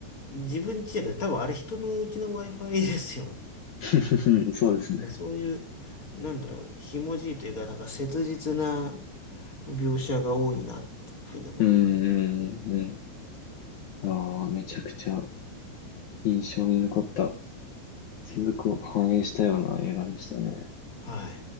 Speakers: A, on the left; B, on the left.
A: 自分ちやけど、多分あれ人のうちの Wi-Fi ですよね。
B: <laughs> そうですね。
A: だからそういう、なんだろう、ひもじいというか、なんか切実な描写が多いなっていうふうに思います。
B: うんうんうんうん。ああ、めちゃくちゃ印象に残った世俗を反映したような映画でしたね。
A: はい。